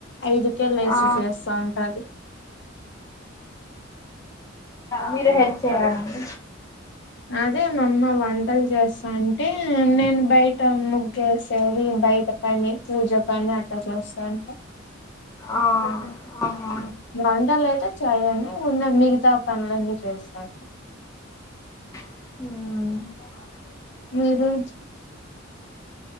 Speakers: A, on the left; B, on the left.
A: ఐదుకేళ వేసు
B: ఆ
A: చేస్తా ఉంటది
B: మీరు హెల్ప్ చేయ్యాలండి
A: అదే మామ్మ వంటలు చేస్తా అంటే న నేను బయట ముగ్గేసేది బయట పని పూజ పని అట్లా చేస్తాంటే
B: ఆ ఆహా
A: వంటలు అయితే చేయంను ఉన్నా మిగతా పనులన్నీ చేస్తాను
B: <inaudible>
A: మీరుజ